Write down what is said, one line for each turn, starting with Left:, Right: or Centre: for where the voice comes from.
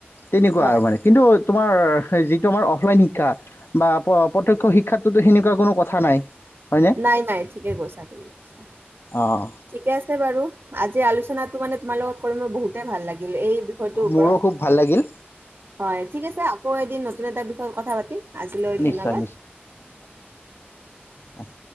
Left: তেনেকুৱা
Right: হয়,
Left: আৰু মানে কিন্তু তোমাৰ যিটো আমাৰ অফলাইন শিক্ষা বা প্ৰত্যক্ষ শিক্ষাতটোতো সেনেকুৱা কোনো কথা নাই। হয়নে
Right: নাই নাই ঠিকে কৈছা ঠিকে কৈছা
Left: অঁ
Right: ঠিকে আছে বাৰু আজি আলোচনাটো মানে তোমাৰ লগত কৰি মই বহুত ভাল লাগিল এই বিষয়টোৰ ওপৰত
Left: মোৰো খুব ভাল লাগিল
Right: হয় ঠিক আছে আকৌ এদিন নতুন এটা বিষয়ত কথা পাতিম আজিলৈ
Left: নিশ্চয়
Right: ধন্যবাদ।
Left: হয়।